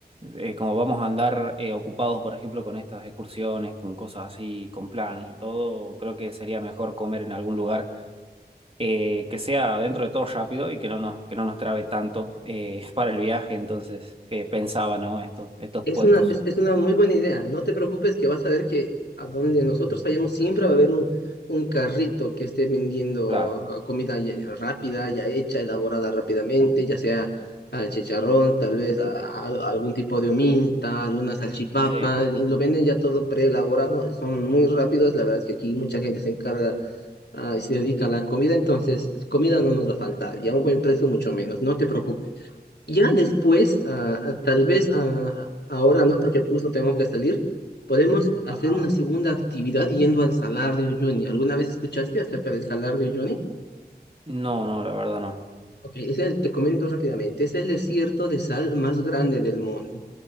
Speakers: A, on the right (about 35°); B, on the left (about 80°).
A: eh, como vamos a andar eh, ocupados, por ejemplo, con estas excursiones, con cosas así, con planes y todo, creo que sería mejor comer en algún lugar eh, que sea dentro de todo rápido y que no nos, que no nos trabe tanto eh, <laughs> para el viaje. Entonces, que pensaba, ¿no? Estos, estos
B: Es
A: puestos.
B: una, es, es una muy buena idea. No te preocupes que vas a ver que a donde nosotros vayamos siempre va a haber un, un carrito que esté vendiendo
A: Claro,
B: comida ya- ya rápida, ya hecha, elaborada rápidamente, ya sea ah, chicharrón, tal vez a- a- algún tipo de ominta, alguna salchipapa,
A: sí.
B: y lo venden ya todo preelaborado, son muy rápidos. La verdad es que aquí mucha gente se encarga ah, y se dedica a la comida, entonces comida no nos va a faltar y a un buen precio mucho menos. No te preocupes. Ya después, ah, ah, tal vez ah, ahora no, porque justo tengo que salir, podemos hacer
A: Ajá.
B: una segunda actividad yendo al Salar de Uyuni. ¿Alguna vez escuchaste acerca del Salar de Uyuni?
A: No, no, la verdad no.
B: Ok, ese, te comento rápidamente, es el desierto de sal más grande del mundo.